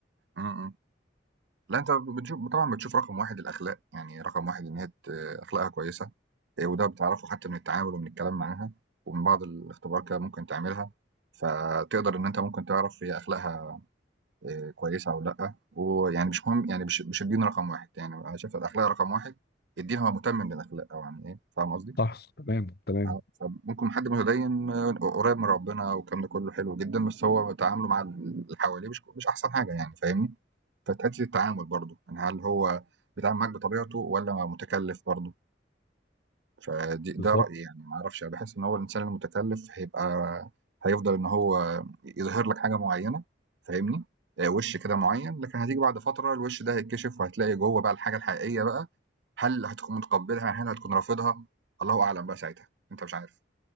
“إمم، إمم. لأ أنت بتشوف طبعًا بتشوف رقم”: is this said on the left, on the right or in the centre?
Right